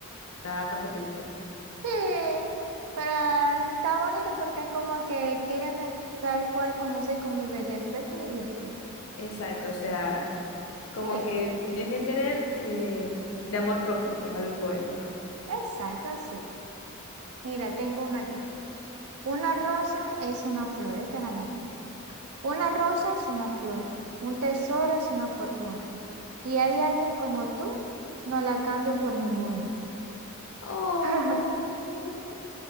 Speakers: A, on the left; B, on the right.
A: Está, está potente.
B: Sí, pero está bonito porque es como que quiéreme tal cual como soy, con mis ve- defectos y virtudes.
A: Exacto, o sea, como
B: Sí,
A: que tienes que querer eh, de amor propio, pues, al poema.
B: exacto, así. Mira, tengo una aquí. Una rosa es una flor, este es anónimo. Una rosa es una flor, un tesoro es una fortuna. Y hay alguien como tú, no la cambio por ninguna.
A: Oh,
B: <laughs>
A: oh,